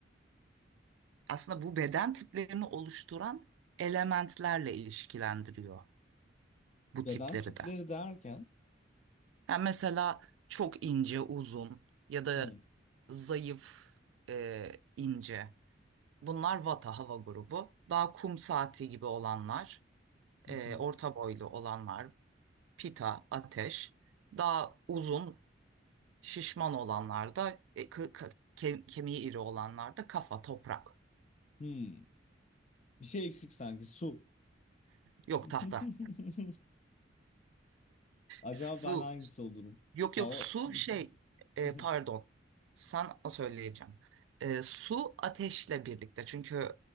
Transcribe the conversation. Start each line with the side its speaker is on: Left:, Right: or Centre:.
Right: aslında bu beden tiplerini oluşturan elementlerle ilişkilendiriyor bu
Left: Beden
Right: tipleri
Left: tipleri
Right: de.
Left: derken
Right: Yani mesela çok ince, uzun ya da
Left: hmm.
Right: zayıf, e, ince. Bunlar vata hava grubu. Daha kum saati gibi olanlar,
Left: <laughs>
Right: e, orta boylu olanlar, pita, ateş. Daha uzun, şişman olanlar da, e, kı- kı- ke- kemiği iri olanlar da kafa, toprak.
Left: Hmm. Bir şey eksik sanki su.
Right: Yok
Left: <laughs>
Right: tahta,
Left: Acaba
Right: su.
Left: ben hangisi olurum?
Right: Yok
Left: Hava.
Right: yok su şey e,
Left: <laughs>
Right: pardon sana söyleyeceğim. E, su ateşle birlikte çünkü